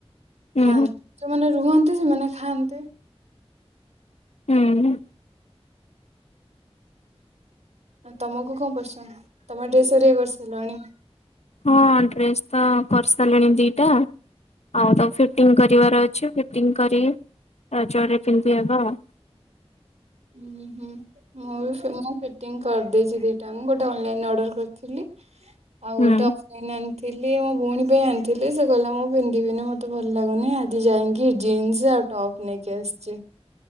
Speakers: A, on the left; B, on the right.
A: ହୁଁ
B: ଖାଆନ୍ତି ଯୋଉମାନେ ରୁହନ୍ତି ସେମାନେ ଖାଆନ୍ତି।
A: ହୁଁ
B: ତମକୁ କଣ ପସନ୍ଦ ତମ ଡ୍ରେସ ହେରିକା କରିସାରିଲଣି?
A: ହଁ ଡ୍ରେସ୍ ତ କରିସାରିଲିଣି ଦିଟା। ଆଉ ତାକୁ ଫିଟିଙ୍ଗ କରିବାର ଅଛି ଫିଟିଙ୍ଗ କରି ରଜ ରେ ପିନ୍ଧି ହେବ ଆଉ।
B: ହୁଁ ହୁଁ ମୁଁ ବି ମୁଁ ଫି ଫିଟିଙ୍ଗ କରିଦେଇଛି ଦିଟାଙ୍କୁ ଗୋଟେ ଅନଲାଇନ ଅର୍ଡର କରିଥିଲି ଆଉ
A: ହୁଁ
B: ଗୋଟେ ଅଫ କିଣି ଆଣିଥିଲି ମୋ ଭଉଣୀ ପାଇଁ ଆଣିଥିଲି ସେ କହିଲା ମୁଁ ପିନ୍ଧିବିନି ମତେ ଭଲ ଲାଗୁନି ଆଜି ଯାଇଁ କି ଜିନ୍ସ ଆଉ ଟପ୍ ନେଇକି ଆସିଚି।